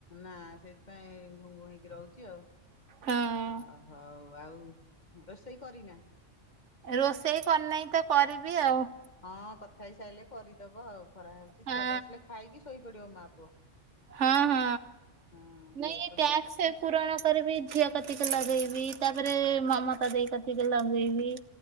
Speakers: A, on the left; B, on the right.
A: ନା ସେଇଥିପାଇଁ ଘୁଁ ଘୁଁ ହେଇକି ରହୁଚି ଆଉ।
B: ହଁ
A: ଓହୋ। ଆଉ ରୋଷେଇ କରିନା?
B: ରୋଷେଇ କରିନେଇ ତ କରିବି ଆଉ।
A: ହଁ କଥା ହେଇସାଇଲେ କରିଦବ ଆଉ। ଖରା ହେଉଚି
B: ହଁ
A: ଛୁଆ ଟା ଆସିଲେ ଖାଇକି ଶୋଇପଡିବ ମା ପୁଅ।
B: ହଁ ହଁ।
A: ହଁ ଶୋଇପଡ଼ିବ
B: ନାଇଁ ଏ ଟ୍ୟାକ୍ସ୍ ପୁରଣ କରିବି ଝିଅ କତିକି ଲଗେଇବି ତାପରେ ମମତା ଦେଇ କତିକି ଲଗେଇବି।